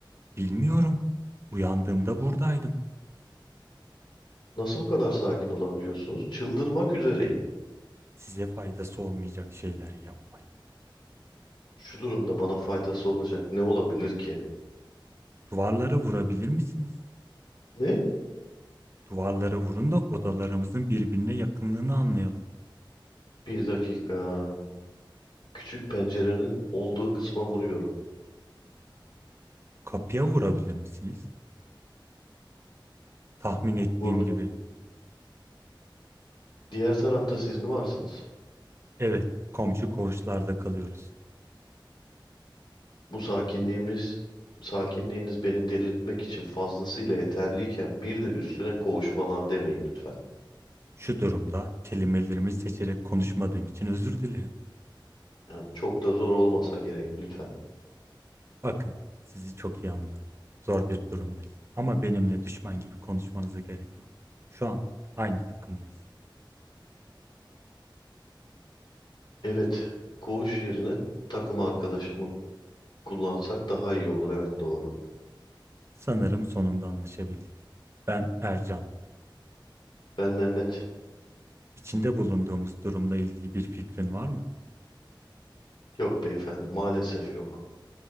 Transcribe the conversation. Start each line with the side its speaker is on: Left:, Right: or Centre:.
Right: Bilmiyorum. Uyandığımda buradaydım.
Left: Nasıl bu kadar sakin olabiliyorsunuz? Çıldırmak üzereyim.
Right: Size faydası olmayacak şeyler yapmayın.
Left: Şu durumda bana faydası olacak ne olabilir ki?
Right: Duvarlara vurabilir misiniz?
Left: Ne?
Right: Duvarlara vurun da odalarımızın birbirine yakınlığını anlayalım.
Left: Bir dakika. Küçük pencerenin olduğu kısma vuruyorum.
Right: Kapıya vurabilir misiniz? Tahmin ettiğim
Left: Vurdum.
Right: gibi
Left: Diğer tarafta siz mi varsınız?
Right: Evet, komşu koğuşlarda kalıyoruz.
Left: Bu sakinliğimiz, sakinliğiniz beni delirtmek için fazlasıyla yeterliyken bir de üstüne koğuş falan demeyin lütfen.
Right: Şu durumda kelimelerimi seçerek konuşmadığım için özür dilerim.
Left: Ya, çok da zor olmasa gerek lütfen.
Right: Bakın, sizi çok iyi anlıyorum. Zor bir durumdayız. Ama benimle düşman gibi konuşmanıza gerek yok. Şu an aynı takımdayız.
Left: Evet, koğuş yerine takım arkadaşımı kullansak daha iyi olur. Evet doğru.
Right: Sanırım sonunda anlaşabildik. Ben Ercan.
Left: Ben Mehmet.
Right: İçinde bulunduğumuz durumla ilgili bir fikrin var mı?
Left: Yok beyefendi, maalesef yok.